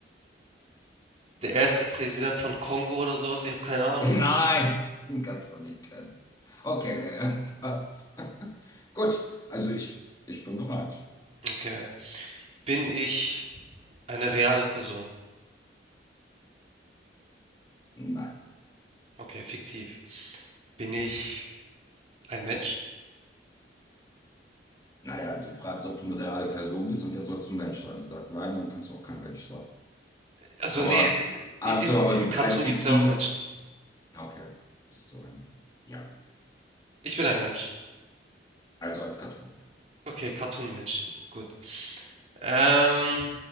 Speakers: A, on the right (about 35°); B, on the left (about 20°).
A: Der erste Präsident von Kongo oder so was? Ich habe keine Ahnung.
B: Nein, den kannst du auch nicht kennen. Okay, nee, passt. <laughs> Gut, also ich, ich bin bereit.
A: Okay. Bin ich eine reale Person?
B: Nein.
A: Okay, fiktiv. Bin ich ein Mensch?
B: Naja, du fragst, ob du eine reale Person bist und jetzt sollst du ein Mensch sein. Ich sag nein, dann kannst du auch kein Mensch sein.
A: Also
B: Aber,
A: nee,
B: ach
A: i-
B: so,
A: im,
B: aber
A: im
B: du
A: Cartoon
B: als fiktive.
A: gibt es ja auch Menschen.
B: Okay, bist du eine. Ja,
A: Ich bin ein Mensch.
B: also als Karton.
A: Okay, Cartoon-Mensch. Gut. Ähm,